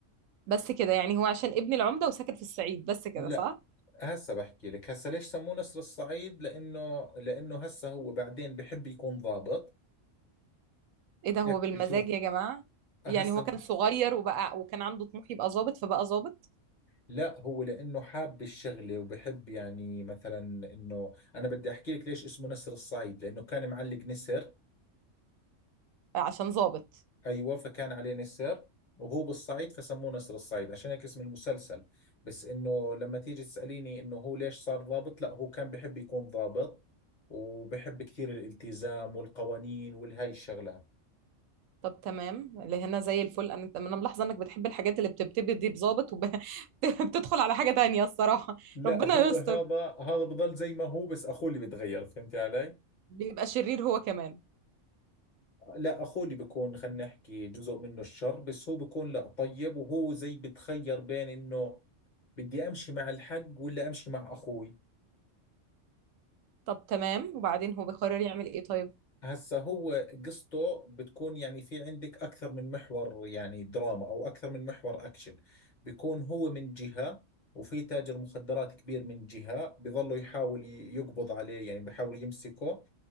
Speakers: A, on the right (about 90°); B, on the left (about 45°).
A: بس كده يعني هو عشان ابن العمدة وساكن في الصعيد بس كده
B: لا
A: صح
B: هسه بحكي لك هسه ليش سموه نسر الصعيد لانه لانه هسه هو بعدين بحب يكون ضابط
A: ايه ده هو
B: كيف
A: بالمزاج
B: بيشوف
A: يا جماعة يعني
B: هسه
A: هو كان صغير وبقى وكان عنده طموح يبقى ظابط فبقى ظابط
B: لا هو لانه حاب الشغله وبحب يعني مثلا انه انا بدي احكي لك ليش اسمه نسر الصعيد لانه كان معلق نسر
A: عشان ظابط
B: ايوه فكان عليه نسر وهو بالصعيد فسموه نسر الصعيد عشان هيك اسم المسلسل بس انه لما تيجي تساليني انه هو ليش صار ضابط لا هو كان بحب يكون ضابط وبحب كثير الالتزام والقوانين والهاي الشغلات
A: طب تمام اللي هنا زي الفل انا انا ملاحظه انك بتحب الحاجات اللي بتبتدي دي بظابط وبتدخل <laughs> على حاجه تانية الصراحه
B: لا
A: ربنا
B: هو
A: يستر
B: هذا هذا بضل زي ما هو بس اخوه اللي بتغير فهمتي علي
A: بيبقى شرير هو كمان
B: لا اخوه اللي بيكون خلينا نحكي جزء منه الشر بس هو بيكون لا طيب وهو زي بتخير بين انه بدي امشي مع الحق ولا امشي مع اخوي
A: طب تمام وبعدين هو بيقرر يعمل ايه طيب
B: هسا هو قصته بتكون يعني في عندك اكثر من محور يعني دراما او اكثر من محور اكشن بيكون هو من جهة وفي تاجر مخدرات كبير من جهة بظلوا يحاول يقبض عليه يعني بيحاول يمسكه